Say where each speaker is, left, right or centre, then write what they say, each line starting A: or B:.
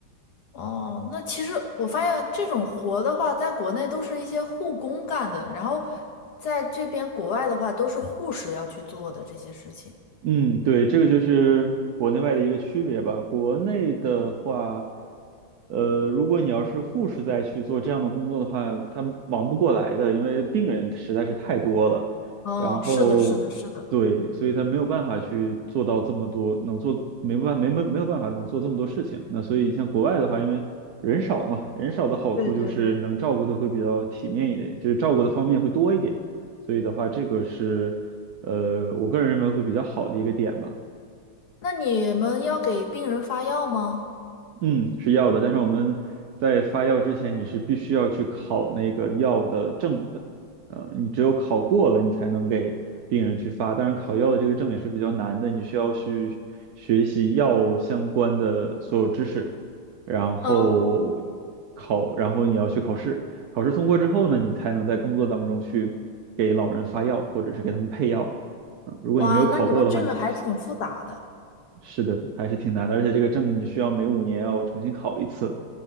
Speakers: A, on the left; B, on the right.
A: 哦，那其实我发现这种活的话，在国内都是一些护工干的，然后在这边国外的话，都是护士要去做的这些事情。
B: 嗯，对，这个就是国内外的一个区别吧。国内的话，呃，如果你要是护士再去做这样的工作的话，他忙不过来的，因为病人实在是太多了。
A: 哦，
B: 然后，
A: 是的，是的，是的，
B: 对，所以他没有办法去做到这么多，能做没办没没没有办法能做这么多事情。那所以像国外的话，因为人少嘛，人少的好处就是能照顾的会比较体面一点，
A: 对对对。
B: 就是照顾的方面会多一点。所以的话，这个是。呃，我个人认为会比较好的一个点吧。
A: 那你们要给病人发药吗？
B: 嗯，是药的，但是我们在发药之前，你是必须要去考那个药的证的。呃，你只有考过了，你才能给病人去发。当然，考药的这个证也是比较难的，你需要去学习药相关的所有知识，然后
A: 嗯，
B: 考，然后你要去考试。考试通过之后呢，你才能在工作当中去给老人发药，或者是给他们配药。嗯，如果你没有考过的话，
A: 哇，那你们这个还挺复杂的
B: 你是不行的是的，还是挺难的，而且这个证你需要每五年要重新考一次，